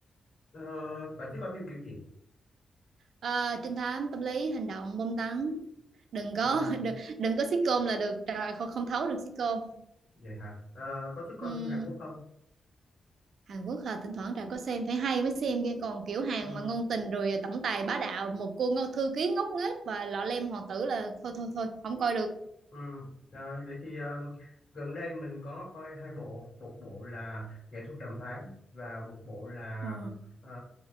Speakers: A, on the left; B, on the right.
A: ờ, bạn thích coi phim kiểu gì
B: Ờ, trinh thám tâm lý hành động bom tấn đừng có
A: ừ,
B: <laughs> đừng, đừng có sitcom là được Trà không không thấu được sitcom
A: vậy hả Ờ, có thích coi
B: ừ.
A: phim Hàn Quốc không
B: Hàn Quốc hả thỉnh thoảng Trà có xem phải hay mới xem kia còn kiểu Hàn
A: ừ,
B: mà ngôn tình rồi ờ, tổng tài bá đạo một cô ngô thư ký ngốc nghếch và lọ lem hoàng tử là thôi thôi thôi không coi được
A: ừ. Ờ, vậy thì ờ, gần đây mình có coi hai bộ một bộ là nghệ thuật đàm phán và một bộ là
B: ờ,
A: ờ,